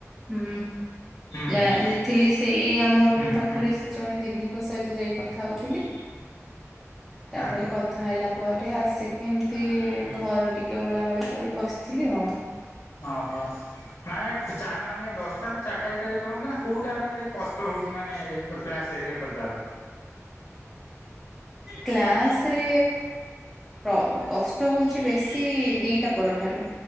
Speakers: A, in the centre; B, on the left (about 65°).
A: ଉଁ
B: ହୁଁ
A: ଯାଇଥିଲି
B: ହୁଁ
A: ସେଇ ଆମ ରୁମ
B: ହୁଁ
A: ପାଖରେ
B: ହୁଁ
A: ଜଣେ ଦିଦିଙ୍କ ସହିତ ଯାଇ କଥା ହଉଥିଲି ତାପରେ
B: ହଁ
A: କ ଥା ହେଲା ପରେ ଆସିକି ଏମତି ଘର ଟିକେ ଓଳା ଓଳି କରି ବସିଥିଲି ଆଉ।
B: ଓହୋ ମାନେ ଚାର ମାନେ ଦଶଟା ଚାରିଟା ଭିତରେ ଯ ତମର ମାନ କୋଉ ଟାଇମ ରା ମାନେ କଷ୍ଟ ହଉଛ ମାନେ କ୍ଲାସ ହେରିକ କରି
A: କ୍ଲାସ ରେ କ କଷ୍ଟ ହଉଛି ବେଶୀ ଦିଟା ପରଠାରୁ।